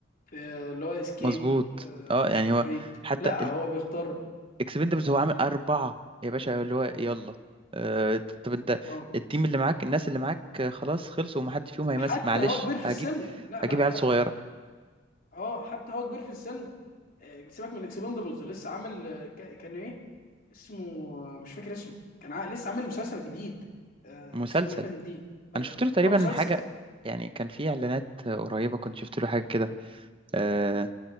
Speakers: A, on the left (about 50°); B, on the right (about 30°).
A: في اللي هو اسكيب
B: مظبوط اه يعني
A: مش عارف
B: هو
A: ايه
B: حتى
A: لا هو بيختار
B: اكسبندبلز هو عامل أربعة يا باشا اللي هو يلا آه، طب انت
A: اه
B: التيم اللي معاك الناس اللي معاك آه، خلاص خلصوا ومحدش فيهم هيمثل
A: حتى
B: معلش
A: هو كبير في
B: هجيب
A: السن لا
B: هجيب
A: لا
B: عيال
A: حتى
B: صغيرة
A: اه حتى هو كبير في السن آه، سيبك من اكسبندبلز لسه عامل آه، ك- كان ايه اسمه آه، مش فاكر اسمه كان ع- لسه عامل مسلسل جديد آه،
B: مسلسل
A: السنه اللي فاتت دي
B: انا شفت له تقريبا
A: اه مسلسل
B: حاجة يعني كان في اعلانات آه، قريبة كنت شفت له حاجة كده آه،